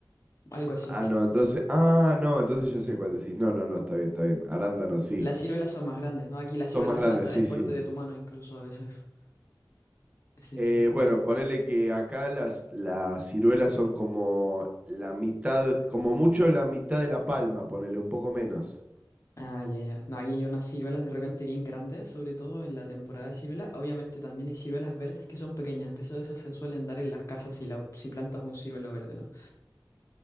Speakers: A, on the left; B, on the right.
A: Algo así.
B: Ah, no, entonces. Ah, no, entonces ya sé
A: Sí.
B: cuál decís. No, no, no, está bien, está bien. Arándanos, sí.
A: Las ciruelas son más grandes, ¿no? Aquí las
B: Son
A: ciruelas
B: más grandes,
A: son hasta
B: sí,
A: del porte
B: sí.
A: de tu mano incluso a veces. Sí,
B: Eh,
A: sí. sí.
B: bueno, ponele que acá las, las ciruelas son como la mitad, como mucho la mitad de la palma, ponele un poco menos.
A: Ah, ya, ya. No, aquí hay unas ciruelas de repente bien grandes, sobre todo en la temporada de ciruela. Obviamente también hay ciruelas verdes que son pequeñas. De eso, de eso se suelen dar en las casas si, la, si plantas un ciruelo verde, ¿no?